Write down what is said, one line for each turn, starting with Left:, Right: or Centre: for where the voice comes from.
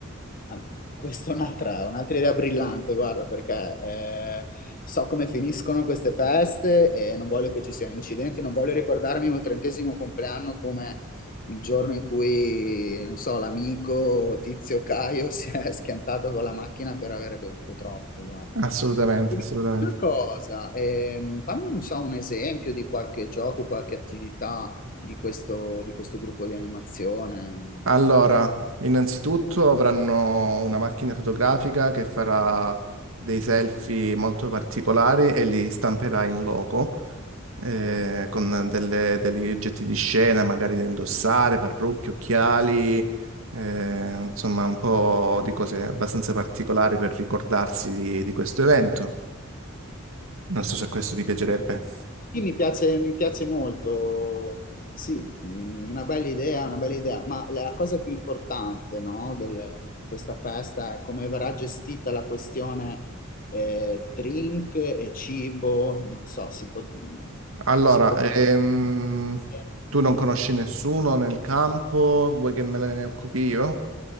Left: Ah, Questa è un'altra un'altra idea brillante, guarda, perché eh, so come finiscono queste feste e non voglio che ci siano incidenti, non voglio ricordarmi il mio trentesimo compleanno come il giorno in cui, non so, l'amico Tizio Caio si è <laughs> schiantato con la macchina per aver bevuto troppo, guarda.
Right: Assolutamente,
Left: Ma dimmi
Right: assolutamente.
Left: Una cosa, ehm, fammi non so, un esempio di qualche gioco, qualche attività di questo, di questo gruppo di animazione.
Right: Allora, innanzitutto avranno una macchina fotografica che farà dei selfie molto particolari e li stamperà in loco, eh, con delle- degli oggetti di scena, magari da indossare, parrucche, occhiali, eh, insomma un po' di cose abbastanza particolari per ricordarsi di, di questo evento. Non so se questo ti piacerebbe.
Left: Sì, mi piace, mi piace molto, sì, mh, una bella idea, una bella idea, ma la cosa più importante, no, del- di questa festa è come verrà gestita la questione eh, drink e cibo, non so, si può, mm,
Right: Allora,
Left: si può
Right: ehm,
Left: Eh,
Right: tu non conosci nessuno nel campo, vuoi che me ne occupi io?